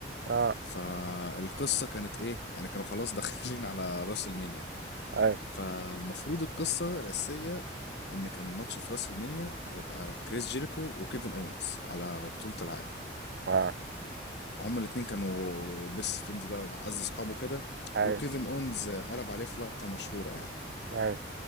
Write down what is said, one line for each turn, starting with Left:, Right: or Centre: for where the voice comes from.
Right: اه
Left: فالقصة كانت ايه يعني كانوا خلاص داخلين على راس المنيا
Right: اي
Left: فالمفروض القصة الأساسية ان كان الماتش في راس المنيا هيبقى كريس جيريكو وكيفن اونز على بطولة العالم
Right: اه
Left: هما الاتنين كانوا بيست فريندز بقى وعز اصحابه كده
Right: اي
Left: وكيفن اونز قلب عليه في لقطة مشهورة يعني
Right: اي